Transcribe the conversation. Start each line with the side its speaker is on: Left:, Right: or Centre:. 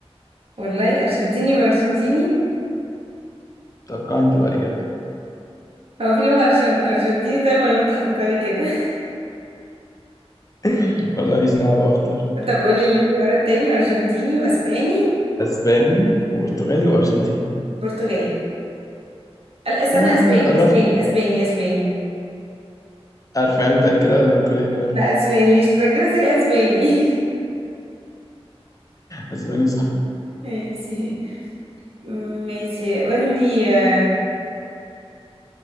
Right: والله أرجنتيني وأرجنتيني
Left: توقع انت بقى الاجابه
Right: هو في لغة أرجن... أرجنتيني طيب ولا أنت حطيتها لي كده <laughs>
Left: <laughs> والله ماليش دعوه اختار
Right: طب قولي الاختيارات تاني أرجنتيني وأسباني
Left: اسباني وبرتغالي وارجنتيني
Right: برتغالي لا استنى
Left: آه
Right: اسباني
Left: قربت
Right: اسباني اسباني اسباني
Left: عارفه ايه متاكده ولا بتقول اي كلام
Right: لا اسباني مش متذكرة زي اسباني
Left: اسباني صح
Right: <laughs> ماشي ماشي قولي آه،